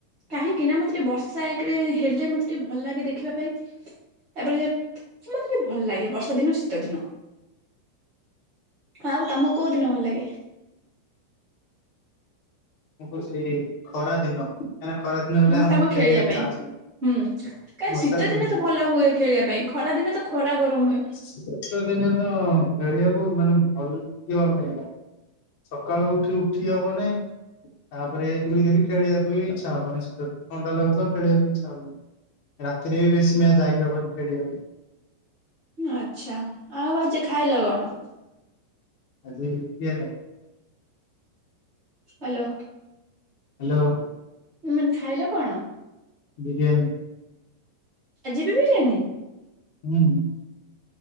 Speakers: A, on the right; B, on the left.
A: କାହିଁକି ନା ମତେ ଟିକେ ବର୍ଷା ଏକରେ ହେଲେ ମତେ ଟିକେ ଭଲ ଲାଗେ ଦେଖିବା ପାଇଁ। ତାପରେ ମତେ ଟିକେ ଭଲ ଲାଗେ ବର୍ଷା ଦିନ ଶୀତ ଦିନ। ଆଉ ତମକୁ କୋଉ ଦିନ ଭଲ ଲାଗେ?
B: ଆମକୁ ସେଇ ଖରା ଦିନ କାହିଁକି ଖରା ଦିନ ହେଲେ
A: ଉଁ
B: ଆମକୁ
A: ତମ ଖେଳିବା
B: ଖେଳିବାକୁ
A: ପାଇଁ
B: ଚାନ୍ସ ମିଳେ।
A: ହୁଁ କାଇଁ
B: ବର୍ଷାରେ
A: ଶୀତ
B: ଖେଳିବେନି
A: ଦିନେ ତ ଭଲ ହୁଏ ଖେଳିବା ପାଇଁ ଖରା ଦିନେ ତ ଖରା ଗରମ ହୁଏ।
B: ଶୀତ ଦିନେ ତ ଖେଳିବାକୁ ମାନେ ଭଲ କି ଭଲ ଲାଗିଲା। ସକାଳୁ ଉଠି ଉଠି ହବନାଇଁ। ତାପରେ ଦୁଇ ଦେ ବି ଖଳିବାକୁ ଇଛା ହବନି ଶତ ଥଣ୍ଡା ଲାଗୁଥିବ ଖେଳକୁ ଇଚ୍ଛା ହବନି। ରାତିରେ ବି ବେଶୀ ମ୍ୟାଚ ଯାଇ ହବନି ଖେଳିବାକୁ।
A: ଆଛା ଆଉ ଆଜି ଖାଇଲ କଣ?
B: ଆଜି। <unintelligible>
A: ହ୍ୟାଲୋ।
B: ହ୍ୟାଲୋ।
A: ମାନେ ଖାଇଲ କଣ?
B: ବିରିୟାନୀ।
A: ଆଜିି ବି ବିରିୟାନୀ?
B: ହୁଁ।